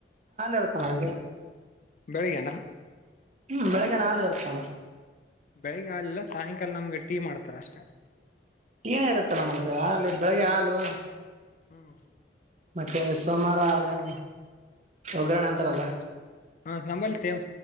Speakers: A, on the right; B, on the left.
A: ಇರುತ್ತಣ ಅಲ್ಲಿ
B: ಬೆಳಗೆನಾ
A: ಹ್ಮ್ ಬೆಳಿಗ್ಗೆ ನಾಳೆ ಇರ್ತಣ
B: ಬೆಳಿಗ್ಗೆ ಆಾಲಲ್ಲ ಸಾಯಂಕಾಲ ನಮ್ಗೆ ಟೀ ಮಾಡ್ತಾರ ಅಷ್ಟೇ
A: ಏನೇ ಇರುತ್ತಲ್ಲ ನಮ್ಗೆ ಹಾಲು ಬೆಳಿಗ್ಗೆ ಹಾಲು
B: ಹ್ಮ್
A: ಮತ್ತೆ ಸೋಮವಾರ ಅೇನು ಒಗ್ಗ್ರರಣೆ ಅಂತಾರಲ್ಲ
B: ಹಾ ನಂಬಲ್ಲಿ ಸೇಮ್